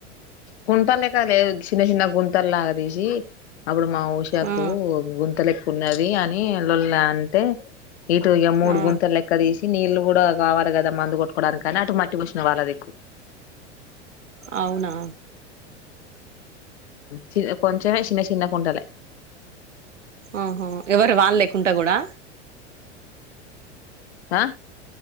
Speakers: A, on the left (about 60°); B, on the right (about 80°).
A: కుంట లే కా లే చిన్న చిన్న గుంతల్లాదసి అప్పుడు మా ఉషాకు
B: ఆ
A: గుంత లెక్కు ఉన్నది అని వెల అంటే ఇటు ఇ మూడు
B: ఆ
A: గుంతల్ లెక్క తీసి నీళ్లు కూడా కావాలి కదా మందు కొట్టుకోవడానికి కానీ అటు మట్టి పోసిన వాళ్ళదిక్కువ
B: అవునా
A: చి కొంచమే చిన్న చిన్న కుంటాల
B: ఆహో ఎవరు వాళ్ళ లకుంట కూడా
A: ఆ